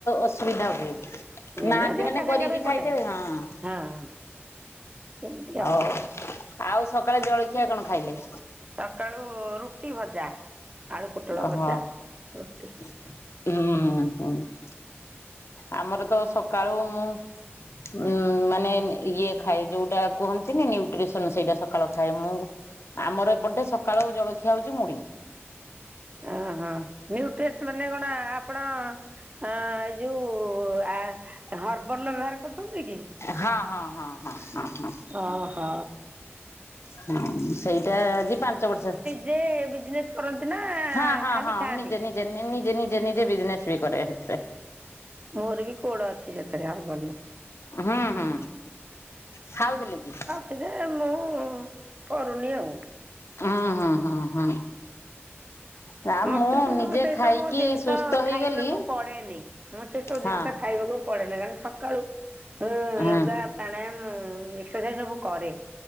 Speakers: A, on the left; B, on the right.
A: ଅସୁବିଧା ହୁଏ। ନାହାନ୍ତି
B: ହୁଁ ଏକା
A: ମାନେ
B: ସାଙ୍ଗରେ
A: କରିକି
B: ଗୋଟେ
A: ଖାଇଦେବେ, ହଁ।
B: ହଁ। ଏମିତି
A: ହଉ
B: ଆଉ।
A: ଆଉ ସକାଳେ ଜଳଖିଆ କଣ ଖାଇଲେ?
B: ସକାଳୁ ରୁଟି ଭଜା, ଆଳୁ ପୋଟଳ
A: ଓହୋ
B: ଭଜା ରୁଟି।
A: ହୁଁ ହୁଁ। ଆମର ତ ସକାଳୁ ମୁଁ ଉ ମାନେ ଇଏ ଖାଏ ଯୋଉଟା କୁହନ୍ତିନି ନ୍ୟୁଟ୍ରିସନ ସେଇଟା ସକାଳ ଖାଏ ମୁଁ। ଆମର ଏପଟେ ସକାଳୁ ଜଳଖିଆ ହଉଛି ମୁଡ଼ି।
B: ଆଁ ହଁ ନ୍ୟୁଟ୍ରେସ ମାନେ କଣ ଆପଣ ହଁ ଏଇ ଯୋଉ ଆ ହବ୍ରଲ ର ବ୍ୟବହାର କରୁଛନ୍ତି କି?
A: ହଁ ହଁ ହଁ ହଁ ହଁ ହଁ।
B: ଓ ହ।
A: ହଁ ସେଇଟା ଆଜି ପାଞ୍ଚ ବର୍ଷ
B: ଯେ ବିଜନେସ୍ କରନ୍ତି, ନା
A: ହଁ ହଁ
B: ଖାଲି
A: ହଁ
B: ଖାଆନ୍ତି।
A: ମୁଁ ନିଜେ ନିଜେ ନିଜେ ନିଜେ ବିଜନେସ ବି କରେ ହେଥିପାଇଁ।
B: ମୋର ବି କୋଡ ଅଛି ସେଥିରେ ହର୍ବାଲ ରେ।
A: ହୁଁ ହୁଁ ଖାଉଥିଲେ କି?
B: ସେଜେ ମୁଁ କରୁନି ଆଉ।
A: ହଁ ହଁ ହଁ ହୁଁ। ନା
B: ମତେ
A: ମୁଁ
B: ସେ
A: ନିଜେ
B: ସେସବୁ
A: ଖାଇକି
B: ଜିନିଷ
A: ସୁସ୍ଥ ହେଇଗଲି
B: ଖାଇବାକୁ ପଡେନି, ମୁଁ ସେ ସବୁ
A: ହଁ
B: ଜିନିଷ ଖାଇବାକୁ ପଡେନି, କାର ସକାଳୁ ମୁଁ
A: ହୁଁ
B: ୟୋଗା ପ୍ରାଣାୟାମ ଏକ୍ସରସାଇଜ ସବୁ କରେ।